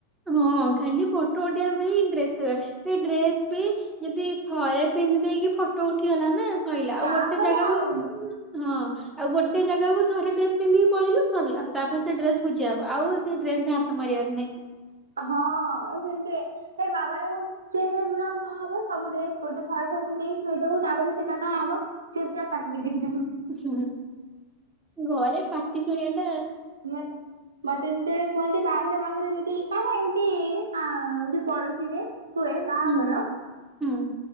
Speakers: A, in the centre; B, on the right (about 70°).
A: ହଁ ଖାଲି ପଟୋ ଉଡେଇିବା ପାଇଁ ଇଣ୍ଟଷ୍ଟ ସେଇ ଡ୍ରେସ ବି ଯଦି ଥରେ ପିନ୍ଧି ଦେଇକି ଫଟୋ ଉଠିଗଲା ନା ଶୋଇଲା ଆଉ
B: ତାପରେ
A: ଗୋଟେ ଜାଗାକୁ
B: ଆଉ
A: ହଁ ଆଉ ଗୋଟେ ଜାଗାକୁ ଥରେ ଡ୍ରେସ ପିଧିକି ପଳେଇଲୁ ସରିଲା ତାପରେ ସେ ଡ୍ରେ ପୋ ହବ ଆଉ ସେ ଡେସ ରେ ମନେ
B: ହଁ ସେମିତି ସେ ବାାମା କନ୍ତି ସେ ଡେ ଗୁଡା କଣ ହବୁ ଡ୍ରେସ ଗୋଟେ ଥ ଥ ପିନ୍ଧିକି ଥୋଇଦବ ତାପରେ ସେଇଟା କଣ ହବ ଚର୍ ଚାରି ତାକୁ ବି ଦେଖିଯିବ
A: ହୁଁ ଘରେ ପଟିି ଚୁଣଟ
B: ମେ ମତେ ଯେତେବେଳେ କୁହନ୍ତି ବାହାଘର ବାହାଘରେ ଯଦି କାର ଏମିତି ଅ ଯୋଉ ପଡୋଶୀରେ ହୁଏ ବାହାଘର
A: ହୁଁ ହୁଁ